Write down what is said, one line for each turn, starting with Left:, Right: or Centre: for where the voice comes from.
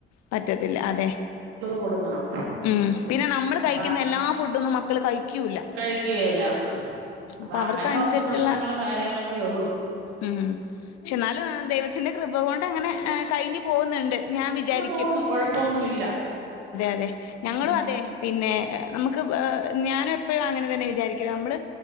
Left: പറ്റത്തില്ല അതെ
Right: കൊടുക്കണം
Left: മ് പിന്നെ നമ്മൾ കഴിക്കുന്ന
Right: അപ്പ
Left: എല്ലാ ഫുഡൊന്നും മക്കൾ കഴി ക്കൂല
Right: കഴിക്കുകയില്ല അപ്പൊ
Left: മ് അവർക്കനുസരിച്ചുള്ള
Right: അങ്ങനെ കുറച്ച് പ്രശ്നങ്ങളും കാര്യങ്ങളൊക്കെ ഉള്ളു
Left: മ് ക്ഷേ എന്നാലും ദൈവത്തിന്റെ കൃപ കൊണ്ട് അങ്ങനെ കഴിഞ്ഞു പോകുന്നുണ്ട് ഞാൻ വിചാരിക്ക
Right: പോന്നു കൊഴപ്പോന്നും ഇല്ല
Left: അതെ ഞങ്ങളും
Right: ഉം
Left: അതെ പിന്നെ നമുക്ക് ഞാന എപ്പോഴും അങ്ങനെ തന്നെ വിചാരിക്കില്ല നമ്മള്